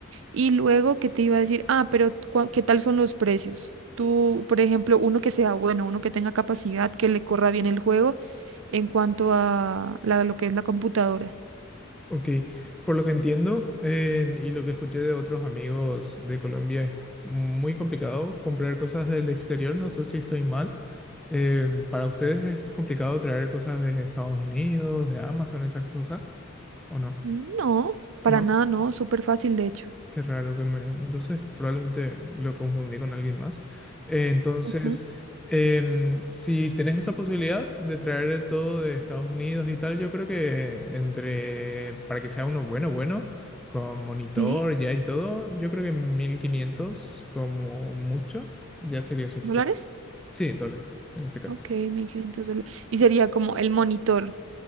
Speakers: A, on the right; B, in the centre.
A: Y luego, ¿qué te iba a decir? Ah, pero cua- ¿qué tal son los precios? Tú, por ejemplo, uno que sea bueno, uno que tenga capacidad, que le corra bien el juego en cuanto a la- lo que es la computadora.
B: ok. Por lo que entiendo en- y lo que escuché de otros amigos de Colombia es muy complicado comprar cosas del exterior, no sé si estoy mal. Em, ¿para ustedes es complicado traer cosas de Estados Unidos, de Amazon, esas cosas? ¿O no?
A: Mm, No, para
B: ¿No?
A: nada, no, súper fácil de hecho.
B: Qué raro que me... Entonces probablemente lo confundí con alguien más. Eh, entonces,
A: Ajá,
B: em, si tenés esa posibilidad de traer todo de Estados Unidos y tal, yo creo que entre... Para que sea uno bueno, bueno, con monitor
A: Sí,
B: ya y todo, yo creo que 1500 como mucho ya sería suficiente.
A: ¿dólares?
B: Sí, dólares en este caso.
A: Ok, 1500 dólares. Y sería como el monitor.